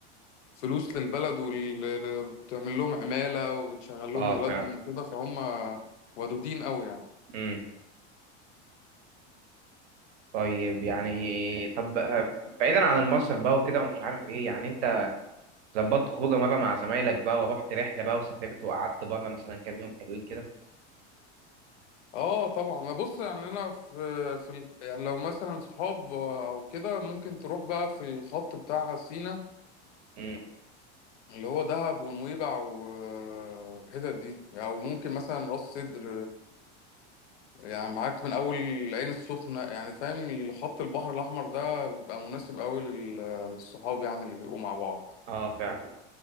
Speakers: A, on the left; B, on the right.
A: فلوس للبلد وبتعمل لهم عمالة وبتشغل لهم
B: آه
A: ولادهم
B: فعلا
A: وكده فهم ودودين قوي يعني
B: مم. طيب يعني طب ه- بعيدا عن المصيف بقى وكده ومش عارف إيه يعني أنت ظبطت خروجة مرة مع زمايلك بقى ورحت رحلة بقى وسافرت وقعدت بره مثلا كام يوم حلوين كده
A: اه طبعا ما بص يعني انا في في ال- يعني لو مثلا صحاب او كده ممكن تروح بقى في الخط بتاع سينا
B: مم.
A: اللي هو دهب ونويبع والحتت دي او يعني ممكن مثلا راس سدر يعني معاك من اول العين السخنه يعني فاهم خط البحر الاحمر ده بيبقى مناسب قوي لل- للصحاب يعني اللي بيبقوا مع بعض
B: آه فعلا